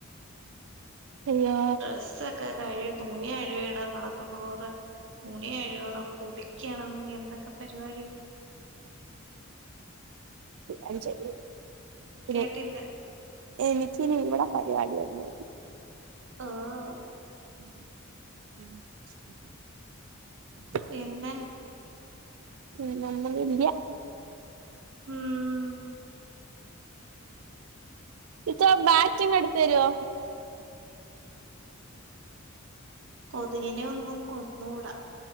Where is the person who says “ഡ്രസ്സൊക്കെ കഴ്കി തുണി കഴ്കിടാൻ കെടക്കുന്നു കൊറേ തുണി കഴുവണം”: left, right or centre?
Right